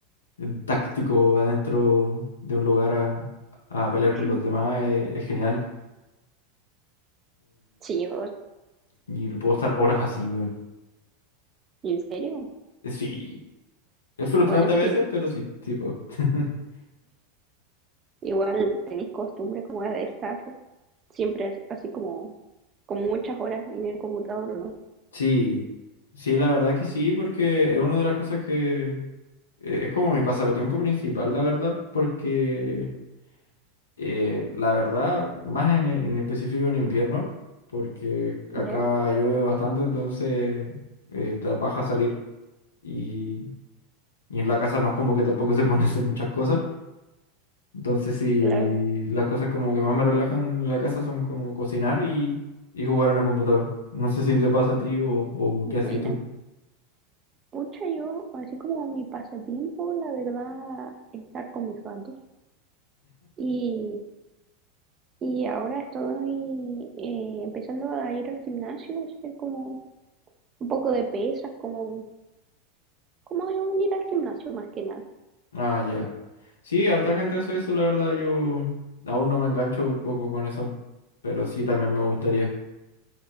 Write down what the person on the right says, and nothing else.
<laughs>
Sí, vos,
¿en serio?
Bueno, es
que
igual tenéis costumbre como de estar siempre es así como, como muchas horas en el computador, ¿o ¿no?
¿Ya?
Claro,
buena.
Pucha, yo, así como mi pasatiempo, la verdad, estar con mis gatos. Y, y ahora estoy eh, empezando a ir al gimnasio, hacer como un poco de pesas, como, como ir al gimnasio más que nada.